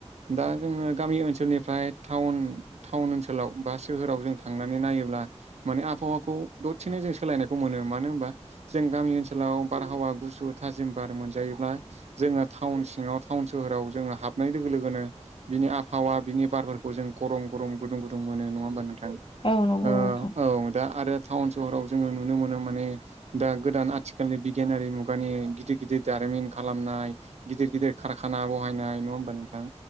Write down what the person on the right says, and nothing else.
दा जोङो गामि ओनसोलनिफ्राय टाउन टाउन ओनसोलाव बा सोहोराव जों थांनानै नायोब्ला माने आबहावाखौ दसेनो जों सोलायनायखौ मोन मानो हबा जों गामि ओनसोलाव बारहावा गुुसु थाजिम बार मोनजायोब्ला जोङो टाउन सिङाव टाउन सोहाव जोङो हाबनाय लोगो लोगोनो बिनि आबहावा बिनि बारफोरखौ जों गरम गरम गुदुं गुदुं मोनो नङा होमबा नोंथां? ओ
औ दा आरो टाउन सहराव जोङो नुनो मोनो माने ओ दा गोदान आथिखालनि बिगियानारि मुगानि गिदिर गिदिर दारिमिन खालामनाय गिदिर गिदिर ओ खारखाना बहायनाय नङा होमबा नोंथां?